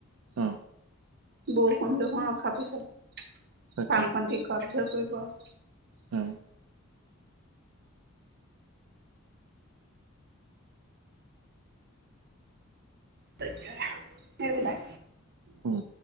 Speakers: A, on the right (about 75°); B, on the right (about 50°).
A: অহ।
B: বৰষুণ চৰষুণ ৰখাৰ পিছত, ফাৰ্মখন
A: তাকে,
B: ঠিক কৰা পিছত কৰিব আৰু।
A: উম।
B: তাকে সেইবিলাক।
A: উম।